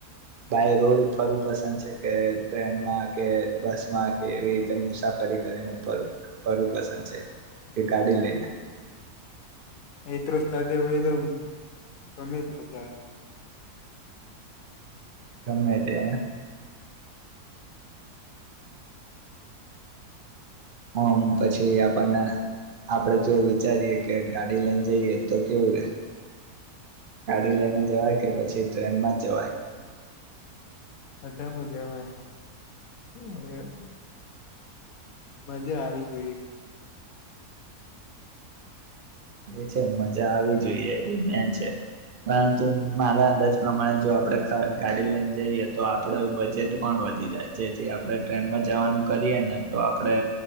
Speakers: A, on the right; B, on the left.
A: બાય રોડ ફર પસંદ છે કે ટ્રેનમાં કે બસમાં કે એવી રીતે મુસાફરી કરીને ફ ફરવું પસંદ છે. ગાડી લઈને?
B: એત સા હોય તો ગમે તો બચાર
A: ગમે તે. ઓમ પછી આપણને આપડે જો વિચારીએ કે ગાડી લઈને જઈએ તો કેવું રે, ગાડી લઈને જવાય કે પછી ટ્રેનમાં જ જવાય?
B: બધા મજામાંય, હવે મજા આવી જોઈએ.
A: એ છે મજા આવી જોઈએ એ બેન છે, પરંતુ મારા અંદાજ પ્રમાણે જો આપડે ગાડી લઈને જઈએ તો આપડ બજેટ પણ વધી જાય જેથી આપણે ટ્રેનમાં જવાનું કરીએ ને તો આપણે